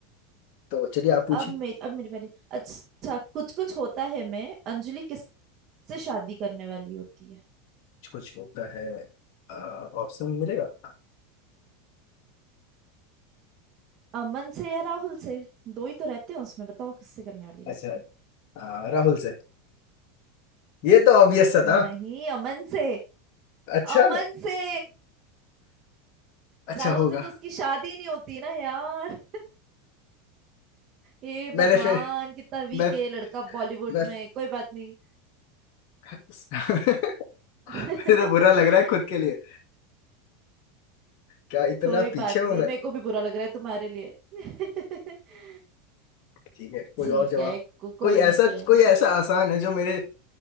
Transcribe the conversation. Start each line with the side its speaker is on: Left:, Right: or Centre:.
Left: तो चलिए आप पूछिए
Right: अब मे, अब मेरी बारी अच्छा कुछ कुछ होता है मैं अंजलि किस से शादी करने वाली होती है
Left: कुछ होता है अ, ऑप्शन मिलेगा
Right: अमन से या राहुल से दो ही तो रहते हैं उसमें बताओ किससे करने वाली रहती
Left: अच्छा
Right: है
Left: अ, राहुल से ये तो ऑब्वियस सा था
Right: नहीं अमन से
Left: अच्छा
Right: अमन से
Left: अच्छा
Right: राहुल
Left: होगा
Right: से तो उसकी शादी नहीं होती ना यार हे
Left: मैंने
Right: भगवान
Left: फिर
Right: कितना वीक
Left: मैं
Right: है ये लड़का बॉलीवुड
Left: मैं
Right: में कोई बात नहीं
Left: <laughs> मुझे
Right: <laughs>
Left: तो बुरा लग रहा है खुद के लिए क्या इतना
Right: कोई
Left: पीछे
Right: बात
Left: हूं
Right: नहीं
Left: मैं
Right: मेरे को भी बुरा लग रहा है तुम्हारे लिए <laughs>
Left: ठीक है कोई
Right: ठीक
Left: और जवाब
Right: है को, कोई
Left: कोई
Right: नहीं
Left: ऐसा
Right: कोई नहीं
Left: कोई ऐसा आसान है जो मेरे